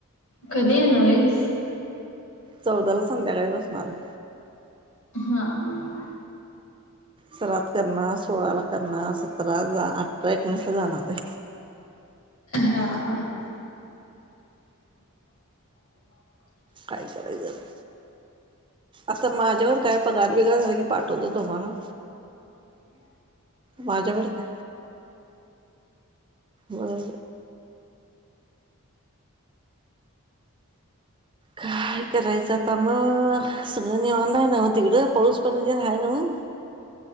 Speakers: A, on the left (about 65°); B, on the right (about 20°).
A: कधी येणार आहेस
B: चौदा ला संध्याकाळी बसणार आहे
A: हा ह
B: सराात करणार सोळाला करणार सतरा जा अठरा एकोणीसला जाणार आहे
A: हा हा ह ओ ह
B: काय गडे गत आता माझ्याकड काय पगार बिगार झाला की पाठवत तुम्हाला
A: बि
B: माझ्याकडता बरो काय करायचं आता मग सगळंनी निवांत ना म तिकडं पाऊस पाणी ते नी हाय नव्ह